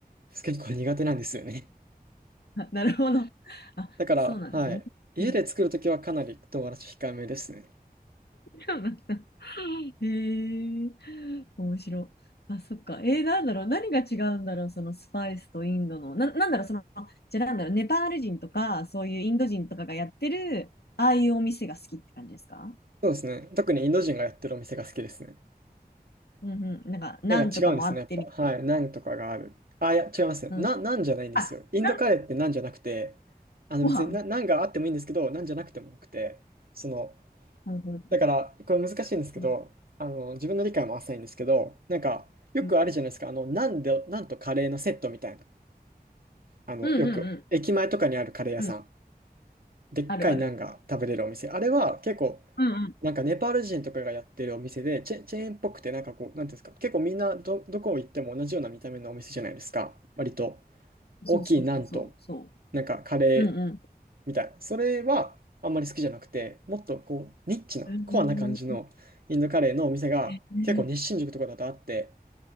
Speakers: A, on the right; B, on the left.
A: 結構苦手なんですよね。
B: あなるほど。<laughs> あ、
A: だから、
B: そうなんですね。
A: はい。
B: <laughs>
A: 家で作るときはかなり唐辛子控えめですね。
B: うんそうなんだ。へえ、面白い。あ、そっか。えー、なんだろう。何が違うんだろう。そのスパイスとインドの。な、なんだろう。その、じゃあなんだろう。ネパール人とか、そういうインド人とかがやってる、ああいうお店が好きって感じですか
A: そうですね。特にインド人がやってるお店が好きですね。
B: うんうん。なんか、ナンとかもあってみたい
A: なんか違うんですね、やっぱ。はい。ナンとかがある。あ、いや、違いますね。
B: な。
A: な、
B: うん。
A: ナンじゃないんですよ。
B: あ、
A: インドカレーってナンじゃなくて、
B: ナン、
A: あの別にナ、
B: ご飯。
A: ナンがあってもいいんですけど、ナンじゃなくてもよくて、その、
B: うんうん
A: だから、これ難しいんですけど、
B: うん
A: あの、自分の理解も浅いんですけど、なんか、よくあるじゃないですか。
B: うん
A: あの、ナンで、ナンとカレーのセットみたいな。あの、
B: うんうんうん
A: よく、駅前とかにあるカレー屋さん。
B: うん
A: でっかいナンが食べれるお店。
B: あるある。
A: あれは結構、
B: うんうん。
A: なんかネパール人とかがやってるお店で、チェ、チェーンっぽくて、なんかこう、なんていうんですか、結構みんなど、どこ行っても同じような見た目のお店じゃないですか。割と
B: そうそうそうそう。
A: 大きいナンと、
B: そ
A: なんかカレー
B: う。うん
A: みたいな。それはあんまり好きじゃなくて、もっとこう、ニッチな、
B: うん。
A: コアな感じのインドカレーのお店が結構日新宿とかだとあって、
B: うん